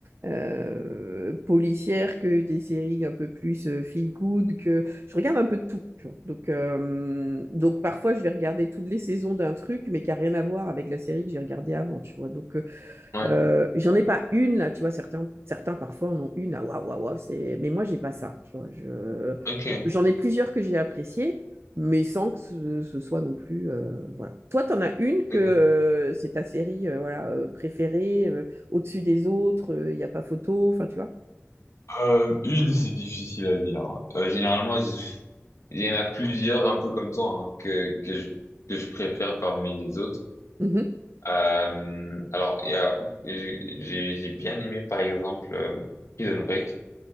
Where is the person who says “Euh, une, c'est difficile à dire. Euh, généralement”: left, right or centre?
Left